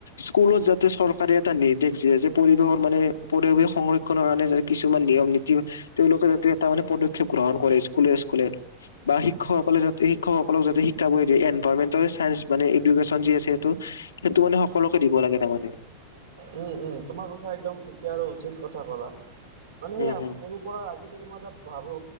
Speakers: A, on the left; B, on the right.
A: স্কুলত যাতে চৰকাৰে এটা নিৰ্দেশ যিয়ে যে পৰিৱেশৰ মানে পৰিৱেশ সংৰ ক্ষণৰ কাৰণে যাতে কিছুমান নিয়ম নীতি তেওঁলোকে যাতে এটা মানে পদক্ষেপ গ্ৰহণ কৰে স্কুলে স্কুলে। বা শিক্ষকসকলে যাতে শিক্ষকসকলক যাতে শিকাবই দিয়ে এনভাৰমেট চাইন্স মানে এডোকেশ্যন যি আছে সেইটো সেইটো মানে সকলোকে দিব লাগে তামানে।
B: উম উম তোমাৰ কথা একদম ঠিকে আৰু উচিত কথা ক'লা মানে সেই
A: উম,
B: হা
A: হুম।
B: পুৰো। পৰা আজিকালি মই এটা ভাবো।